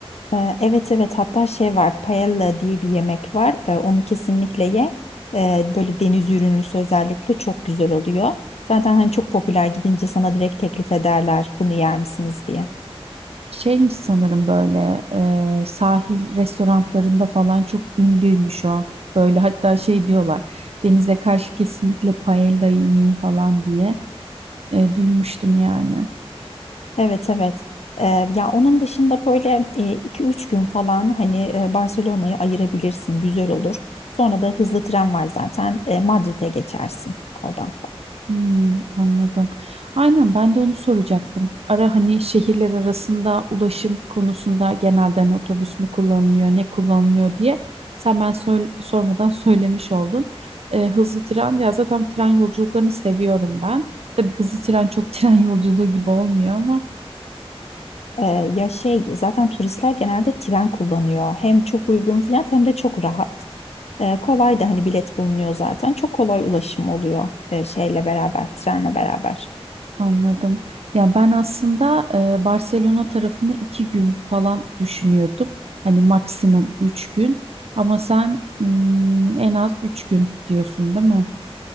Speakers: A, on the left; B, on the right.
A: Ee, Evet evet hatta şey var paella diye bir yemek var Ee, onu kesinlikle ye Ee, böyle deniz ürünlüsü özellikle çok güzel oluyor zaten hani çok popüler gidince sana direkt teklif ederler bunu yer misiniz diye.
B: Şeymiş sanırım böyle e, sahil restoranlarında falan çok ünlüymüş o. Böyle hatta şey diyorlar denize karşı kesinlikle paella yiyeyim falan diye e, duymuştum yani.
A: Evet evet. Ee, ya onun dışında böyle iki üç gün falan hani e, Barcelona'yı ayırabilirsin. Güzel olur. Sonra da hızlı tren var zaten. E, Madrid'e geçersin oradan.
B: Hmm, anladım. Aynen ben de onu soracaktım. Ara hani şehirler arasında ulaşım konusunda genelde hani otobüs mü kullanılıyor, ne kullanılıyor diye sen ben söyle- sormadan <laughs> söylemiş oldun. Ee, hızlı tren ya zaten tren yolculuklarını seviyorum ben. Tabii hızlı tren çok <laughs> tren yolculuğu gibi olmuyor ama
A: Ee, ya şey zaten turistler genelde tren kullanıyor. Hem çok uygun fiyat hem de çok rahat. Ee, kolay da hani bilet bulunuyor zaten. Çok kolay ulaşım oluyor e, şeyle beraber, trenle beraber.
B: Anladım. Ya ben aslında e, Barcelona tarafını iki gün falan düşünüyordum. Hani maksimum üç gün. Ama sen mm, en az üç gün diyorsun, değil mi?